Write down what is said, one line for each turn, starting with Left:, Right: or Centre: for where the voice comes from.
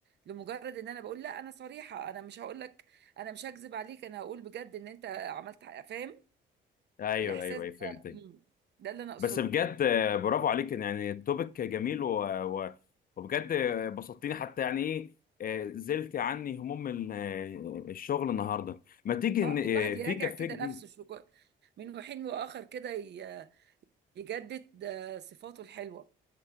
Right: لمجرد ان انا بقول لا انا صريحة انا مش هقول لك انا مش هكذب عليك انا هقول بجد ان انت عملت حق- فاهم
Left: ايوه
Right: الاحساس
Left: ايوه
Right: ده
Left: أيوة، فهمتك
Right: مم. ده اللي انا اقصده
Left: بس بجد آه، برافو عليك يعني التوبيك جميل و... و... وبجد آه، بسطتني حتى يعني ايه آه، زلت عني هموم ال- آه، الشغل النهارده ما تيجي
Right: اه
Left: إن-
Right: الواحد يراجع
Left: آه، في كفيك
Right: كده
Left: دي
Right: نفسه شو من حين واخر كده ي- يجدد آه، صفاته الحلوة